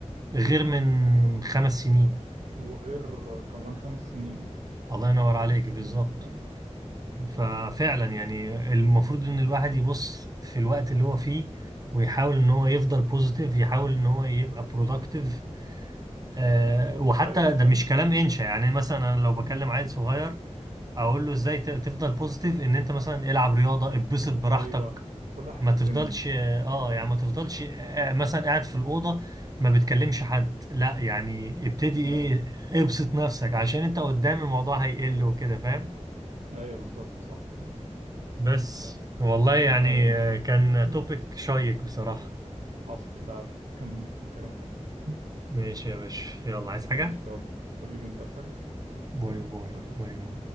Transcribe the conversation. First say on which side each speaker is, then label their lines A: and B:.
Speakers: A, on the right; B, on the right.
A: غير من خمس سنين
B: وغير كمان خمس سنين
A: الله ينور
B: بعد خمس
A: عليك بالظبط
B: سنين ايوه
A: ففعلا
B: ف-
A: يعني المفروض ان الواحد يبص في الوقت اللي هو فيه ويحاول ان هو يفضل بوزيتيف يحاول ان هو يبقى برودكتيف أه
B: بالظبط
A: وحتى
B: ايوه عشان
A: ده مش كلام انشا يعني مثلا انا لو بكلم
B: مم.
A: عيل صغير اقول له ازاي ت- تفضل بوزيتيف ان انت مثلا العب رياضة اتبسط براحتك
B: ايوه كل واحد
A: ما
B: لسنه
A: تفضلش اه آه، يعني ما تفضلش آه آه، مثلا قاعد في الأوضة ما بتكلمش حد لا يعني ابتدي ايه
B: ايوه
A: ابسط نفسك عشان انت قدام الموضوع هيقل وكده فاهم
B: ايوه بالظبط صح كده
A: بس
B: بس كده
A: والله يعني
B: تمام يا باشا
A: آه، كان
B: <laughs>
A: توبيك شيق بصراحة
B: حصل فعلا كان كلام حلو <laughs>
A: ماشي يا باشا يلا
B: خلاص
A: عايز حاجة
B: ماشي يلا حبيبي انت عايز حاجة
A: باي
B: يلا
A: باي
B: باي باي
A: باي باي